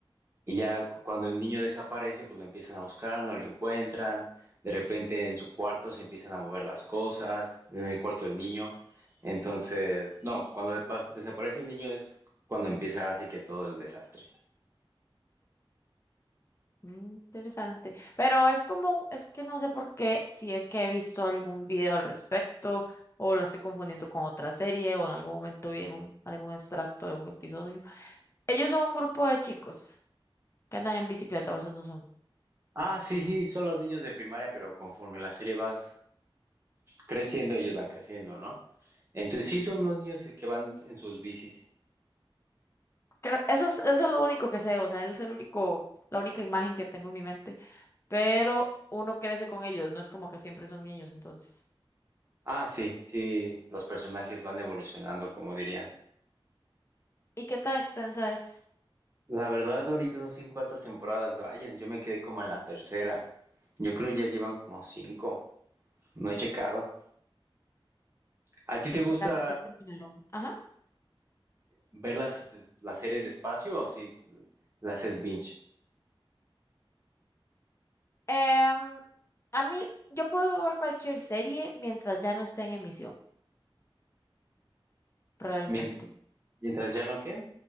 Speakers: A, on the right (about 30°); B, on the left (about 30°).
A: Y ya cu- cuando el niño desaparece, pues lo empiezan a buscar, no lo encuentran. De repente en su cuarto se empiezan a mover las cosas, en el cuarto del niño. Entonces, no, cuando de pas- desaparece el niño es cuando empieza ahora sí que todo el desastre.
B: Mm, interesante. Pero es como, es que no sé por qué, si es que he visto algún video al respecto o lo estoy confundiendo con otra serie o en algún momento vi en un- algún extracto de un episodio. Ellos son un grupo de chicos que andan en bicicleta, o esos no son.
A: Ah, sí, sí, son los niños de primaria, pero conforme la serie va creciendo, ellos van creciendo, ¿no? Entonces sí son los niños que van en sus bicis.
B: Cre- Eso es, eso es lo único que sé, o sea, él es el único, la única imagen que tengo en mi mente. Pero uno crece con ellos, no es como que siempre son niños, entonces.
A: Ah, sí, sí, los personajes van evolucionando, como dirían.
B: ¿Y qué tan extensa es?
A: La verdad, ahorita no sé en cuántas temporadas vayan. Yo me quedé como en la tercera. Yo creo ya llevan como cinco. No he checado. ¿A ti te
B: ¿Y
A: gusta
B: será que ya terminaron? Ajá.
A: ver las, las series despacio o si las es binge?
B: Em, a mí, yo puedo ver cualquier serie mientras ya no esté en emisión, realmente.
A: Mien- mientras ya no qué?